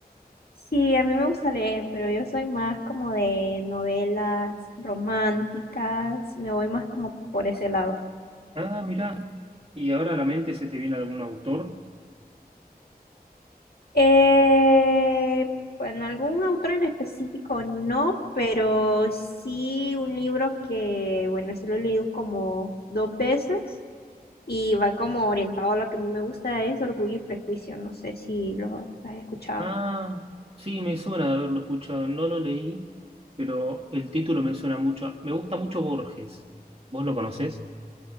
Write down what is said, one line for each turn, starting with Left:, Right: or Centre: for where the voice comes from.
Left: Sí, a mí me gusta leer, pero yo soy más como de novelas románticas, me voy más como por ese lado.
Right: Ah, mirá. ¿Y ahora a la mente se te viene algún autor?
Left: Eh, bueno, algún autor en específico no, pero sí un libro que, bueno, se lo he leído como dos veces y va como orientado a lo que a mí me gusta, es Orgullo y Prejuicio, no sé si lo has escuchado.
Right: Ah, sí, me suena de haberlo escuchado. No lo leí, pero el título me suena mucho. a- Me gusta mucho Borges. ¿Vos lo conocés?